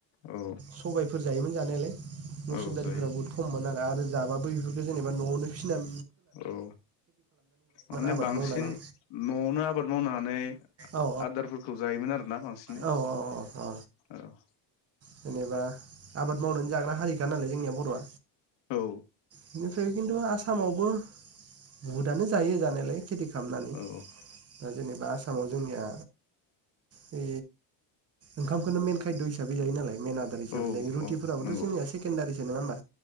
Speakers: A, on the left; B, on the right.
A: औ
B: सबायफोर जायोमोन जानायालाय मुसुर
A: औ
B: दालिफोरा
A: जायो
B: बहुत खममोन आरो जाबाबो इफोरखौ जेने एबा न'आवनो फिसिनान
A: औ माने
B: आबाद
A: बांसिन
B: मावनानै
A: न'आवनो आबाद मावनानै
B: औ
A: आदारफोरखौ जायोमोन आरोना बांसिनै
B: औ औ औ
A: औ
B: जेनेबा आबाद मावनानै जाग्रा हारिखा नालाय जोंनिया बर'आ
A: औ
B: बेनिफ्राय खिन्थु आसामावबो बहुत दानो जायो जानायलाय खेति खालामनानै
A: औ
B: दा जेनेबा आसामाव जोंनिया बे ओंखामखौनो मेन खायद' हिसाबै जायो मेन आदार हिसाबै
A: औ
B: जायो रुटिफोराबोथ'
A: औ नंगौ
B: जोंनिया सेकेण्डारिसो नङा होमबा